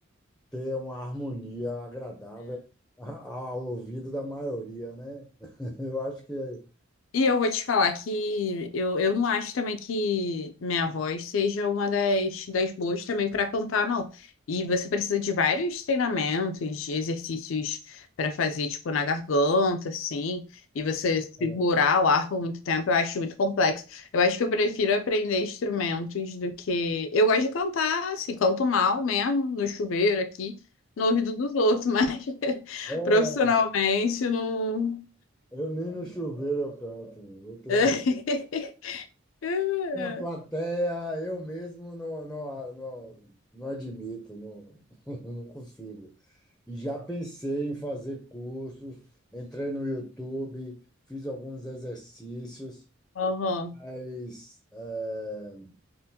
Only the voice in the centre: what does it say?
ter uma harmonia agradável a- ao ouvido da maioria, né? <laughs> Eu acho que é,
É,
é,
eu nem no chuveiro eu canto. Eu tenho
<laughs> minha plateia, eu mesmo não, não, não, não admito, não, <laughs> não consigo. E já pensei em fazer cursos, entrei no YouTube, fiz alguns exercícios,
mas eh,